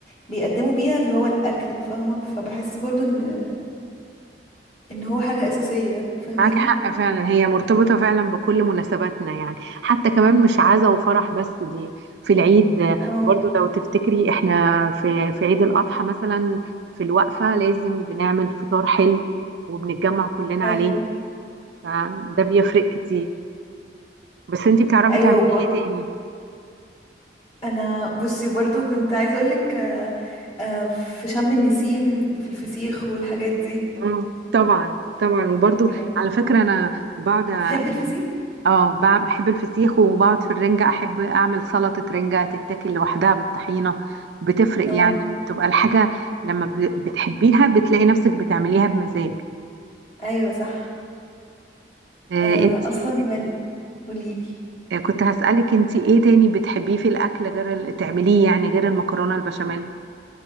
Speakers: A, on the left (about 35°); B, on the right (about 70°).
A: بيقدموا بيها اللي هو الاكل فاهمه فبحس برضو ان ان هو حاجه اساسيه فاهماني
B: معاكي حق فعلا هي مرتبطه فعلا بكل مناسباتنا يعني حتى كمان مش عزا وفرح بس دي في العيد آه،
A: اه
B: برضو لو تفتكري احنا في في عيد الاضحى مثلا في الوقفه لازم بنعمل فطار حلو وبنتجمع كلنا
A: ايوه
B: عليه فده بيفرق كتير بس انتي بتعرفي
A: ايوه
B: تعملي
A: وب...
B: ايه تاني
A: انا بصي برضو كنت عايزه اقولك آه، آه، في شم النسيم وفي الفسيخ والحاجات دي
B: اه طبعا طبعا وبرضو
A: يعني
B: على فكرة انا بقعد يعني
A: بتحبي الفسيخ
B: اه بع- بحب الفسيخ وبقعد في الرنجة احب اعمل سلطة رنجة تتاكل لوحدها بالطحينة بتفرق
A: اه
B: يعني بتبقى الحاجة لما ب- بتحبيها بتلاقي نفسك بتعمليها بمزاج
A: ايوه صح
B: آه
A: آه
B: انتي
A: اصلا يعني قوليلي
B: آه، كنت هسألك انتي ايه تاني بتحبيه في الاكل غير ال- تعمليه يعني غير المكرونة البشاميل